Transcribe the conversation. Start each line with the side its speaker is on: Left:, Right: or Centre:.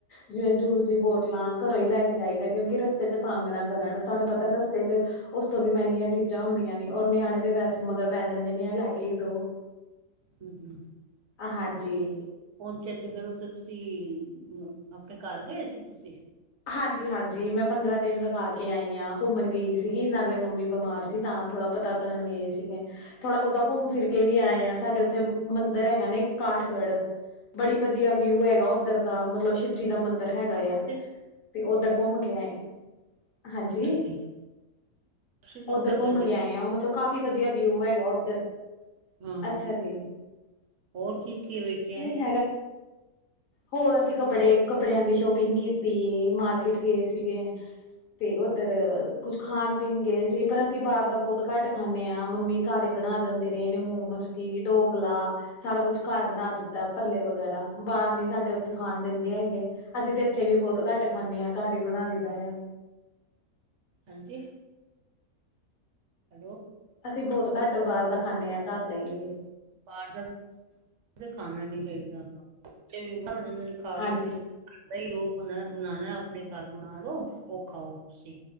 Left: ਜਿਵੇਂ ਜੂਸ ਦੀ ਬੋਟਲਾਂ ਘਰੋਂ ਈ ਲੈ ਕੇ ਜਾਈਦਾ ਕਿਉਂਕਿ ਰਸਤੇ ਚ ਤੰਗ ਨਾਂ ਕਰਨ ਤਾਨੂੰ ਪਤਾ ਰਸਤੇ ਚ ਉਸ ਤੋਂ ਵੀ ਮਹੰਗੀਆਂ ਚੀਜ਼ਾਂ ਹੁੰਦੀਆਂ ਨੇ ਔਰ ਨਿਆਨੇ ਤੇ ਵੈਸੇ ਮਗਰ ਪੈ ਜਾਂਦੇ ਨੇ ਲੈ ਕੇ ਈ ਦੋ
Right: ਹੂ ਹੂ
Left: ਹਾਂਜੀ।
Right: ਪਹੁੰਚੇ ਤੇ ਫੇਰ ਉੱਥੇ, ਤੁਸੀਂ ਆਪਨੇ ਘਾਰ ਗਏ ਸੀ ਤੁਸੀਂ
Left: ਹਾਂਜੀ ਹਾਂਜੀ ਮੈਂ ਪੰਦਰਾਂ ਦਿਨ ਲਗਾ ਕੇ ਆਈ ਹਾਂ ਘੁੰਮਣ ਗਈ ਸੀਗੀ ਨਾਲੇ ਮੰਮੀ ਬਿਮਾਰ ਸੀ ਅਸੀ ਤਾਂ ਥੋੜ੍ਹਾ ਪਤਾ ਕਰਨ ਗਏ ਸੀਗੇ ਥੋੜ੍ਹਾ ਬਹੁਤਾ ਘੁੰਮ ਫਿਰ ਕੇ ਵੀ ਆਏ ਆ ਸਾਡੇ ਉੱਥੇ ਮੰਦਿਰ ਹੈਗਾ ਨੇ ਕਾਠਗੜ੍ਹ ਬੜੀ ਵਧੀਆ ਵਿਊ ਹੈਗਾ ਉੱਧਰ ਦਾ, ਮਤਲਬ ਸ਼ਿਵ ਜੀ ਦਾ ਮੰਦਿਰ ਹੈਗਾ
Right: ਕਿੱਥੇ
Left: ਆ। ਤੇ ਓਧਰ ਘੁੰਮ ਕੇ ਆਏ ਹਾਂਜੀ
Right: ਅੱਛਾ ਜੀ ਅਸੀਂ ਵੀ
Left: ਉੱਧਰ
Right: ਉੱਥੇ
Left: ਘੁੰਮ
Right: ਗਏ
Left: ਕੇ
Right: ਸੀ
Left: ਆਏ ਆ ਉ ਮਤਲਬ ਕਾਫ਼ੀ ਵਧੀਆ ਵਿਊ ਹੈਗਾ ਉੱਧਰ
Right: ਹਾਂ
Left: ਅੱਛਾ ਜੀ
Right: ਹੋਰ ਕੀ ਕੀ ਵੇਖਿਆ
Left: ਨਹੀਂ ਹੋਰ ਅਸੀਂ ਕੱਪੜੇ ਕੱਪੜਿਆਂ ਦੀ ਸ਼ੋਪਿੰਗ ਕੀਤੀ ਏ ਮਾਰਕੀਟ ਗਯੇ ਸੀਗੇ ਤੇ ਉੱਧਰ ਕੁਛ ਖਾਣ ਪੀਣ ਗਏ ਸੀ ਪਰ ਅਸੀਂ ਬਾਹਰ ਤਾਂ ਬਹੁਤ ਘੱਟ ਖਾਂਨੇ ਆਂ ਮੰਮੀ ਘਾਰ ਈ ਬਣਾ ਦਿੰਦੇ ਨੇ, ਏਨੇ ਮੋਮੋਸ ਕੀ ਢੋਕਲਾ ਸਾਰਾ ਕੁਛ ਘਾਰ ਬਣਾ ਦਿੱਤਾ ਭੱਲੇ ਵਗੈਰਾ, ਬਾਹਰ ਨੀ ਸਾਡੇ ਉੱਥੇ ਖਾਣ ਦਿੰਦੇ ਹੈਗੇ ਅਸੀਂ ਤੇ ਇੱਥੇ ਵੀ ਬਹੁਤ ਕੱਟ ਖਾਂਨੇ ਆਂ, ਘਰ ਹੀ ਬਣਾ ਲਈ ਦਾ ਆ
Right: ਹਾਂਜੀ ਹੈਲੋ
Left: ਅਸੀਂ ਬਹੁਤ ਘਟ ਬਾਹਰ ਦਾ ਖਾਂਨੇ ਆਂ ਘਾਰ ਦਾ ਹੀ
Right: ਬਾਹਰ ਦਾ ਤਾਂ ਖਾਣਾ ਹੀ ਨੀ ਚਾਹੀਦਾ, ਕਈ ਵਾਰੀ ਬਿਮਾਰ ਹੋ ਜਾਂਦੇ ਨੇ ਖਾ ਕੇ
Left: ਹਾਂਜੀ
Right: ਨਈ ਜੋ ਬਨਾ ਬਣਾਣਾ ਐ, ਆਪਨੇ ਘਾਰ ਬਣਾ ਲੋ ਉਹ ਖਾਓ ਤੁਸੀਂ